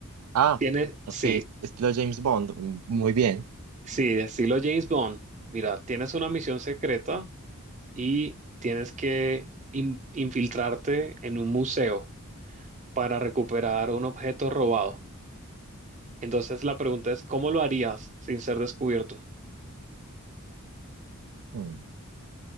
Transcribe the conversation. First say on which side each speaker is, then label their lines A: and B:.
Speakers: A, on the right; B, on the right.
A: Ah,
B: tienes, sí,
A: ok, es- estilo James Bond, mm, muy bien.
B: sí, estilo James Bond. Mira, tienes una misión secreta y tienes que in- infiltrarte en un museo para recuperar un objeto robado. Entonces la pregunta es, ¿cómo lo harías sin ser descubierto?
A: Mm.